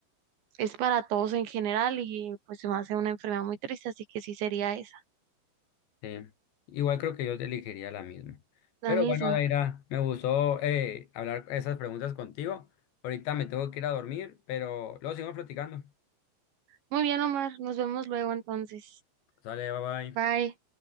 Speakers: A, on the right (about 85°); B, on the left (about 85°).
A: es para todos en general y pues se me hace una enfermedad muy triste, así que sí sería esa,
B: sí. Igual creo que yo te elegiría la misma.
A: la
B: Pero
A: misma.
B: bueno, Daira, me gustó eh, hablar esas preguntas contigo. Ahorita me tengo que ir a dormir, pero luego seguimos platicando.
A: Muy bien, Omar. Nos vemos luego entonces.
B: Sale, bye bye.
A: Bye.